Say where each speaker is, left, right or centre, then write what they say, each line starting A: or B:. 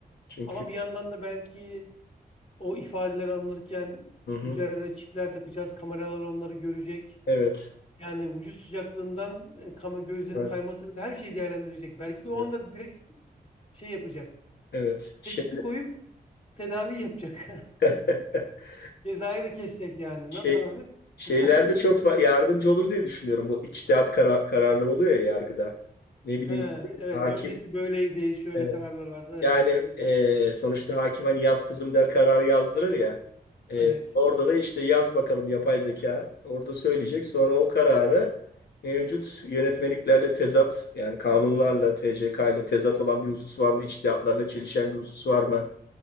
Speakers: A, on the left; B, on the left.
A: Çünkü
B: Ama bir yandan da belki o ifadeler alınırken
A: hı hı,
B: üzerlerine çipler takacağız. Kameralar onları görecek.
A: evet.
B: Yani vücut sıcaklığından e, kama gözlerin
A: Evet.
B: kayması kadar her şeyi değerlendirecek. Belki de o
A: Evet.
B: anda direkt şey yapacak.
A: evet. Şey,
B: Teşhisi koyup tedavi yapacak.
A: <laughs>
B: <laughs> Cezayı da kesecek yani.
A: şey
B: Nasıl abi?
A: şeylerde
B: <laughs>
A: çok fa- yardımcı olur diye düşünüyorum. Bu içtihat kara- kararları oluyor ya yargıda. Ne bileyim
B: He,
A: işte
B: evet
A: hakim
B: öncesi böyleydi. Şöyle
A: evet.
B: kararlar vardı. Evet,
A: Yani
B: çok güzel.
A: e, sonuçta hakim hani yaz kızım der kararı yazdırır ya. E,
B: Evet.
A: orada da işte yaz bakalım yapay zeka orada söyleyecek. Sonra o kararı mevcut yönetmeliklerle tezat yani kanunlarla TCK ile tezat olan bir husus var mı? İçtihatlarla çelişen bir husus var mı?